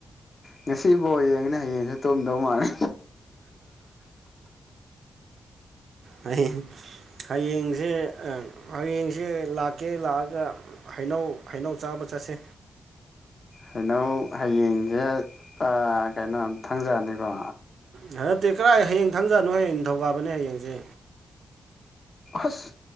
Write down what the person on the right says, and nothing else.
ꯑ <inaudible> ꯍꯌꯦꯡꯁꯦ ꯍꯌꯦꯡꯁꯦ ꯂꯥꯛꯀꯦ ꯂꯥꯛꯑꯒ ꯍꯩꯅꯧ ꯍꯩꯅꯧ ꯆꯥꯕ ꯆꯠꯁꯦ
ꯅꯠꯇꯦ ꯀꯗꯥꯥꯏ ꯍꯌꯦꯡ ꯊꯪꯖꯅꯣ ꯍꯌꯦꯡ ꯅꯤꯡꯊꯧꯀꯥꯕꯅꯦ ꯍꯌꯦꯡꯁꯦ